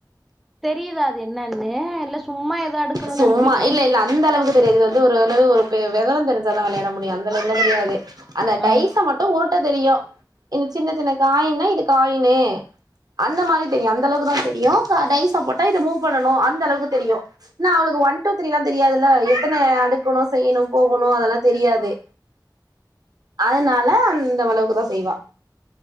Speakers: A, in the centre; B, on the right.
A: தெரியுதா அது என்னன்னு இல்ல சும்மா ஏதோ அடுக்கணுன்னு
B: சும்மா
A: அடுக்கிட்டா
B: இல்ல இல்ல அந்த அளவுக்கு தெரியாது வந்து ஒரு அளவு ஒரு விவரோ தெரிஞ்சாதா விளையாட முடியு அந்த அளவுக்குல்ல தெரியாது அந்த
A: ஆ
B: டைச மட்டு உருட்ட தெரியு இந்த சின்ன சின்ன காயின்னா இது காயின்னு அந்த மாரி தெரியு அந்த அளவுக்கு தா தெரியு டைசா போட்டா இத மூவ் பண்ணணு அந்த அளவுக்கு தெரியு ஏன்னா அவளுக்கு ஒன் டூ த்ரீ எல்லா தெரியாதுல்ல எத்தன அடுக்கணு செய்யணு போகணு அதெல்லா தெரியாது அதனால அந்த அளவுக்குதா செய்வா